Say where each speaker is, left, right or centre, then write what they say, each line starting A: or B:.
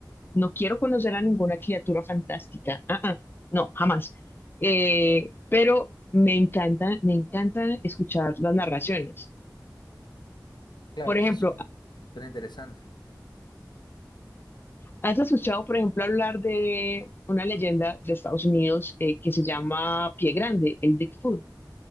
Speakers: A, on the left; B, on the left.
A: no quiero conocer a ninguna criatura fantástica. Ah, ah, no, jamás. Eh, pero me encanta, me encanta escuchar las narraciones.
B: Claro,
A: Por ejemplo,
B: eso suena, suena interesante.
A: ¿Has escuchado, por ejemplo, hablar de una leyenda de Estados Unidos eh, que se llama Pie Grande, el Bigfoot?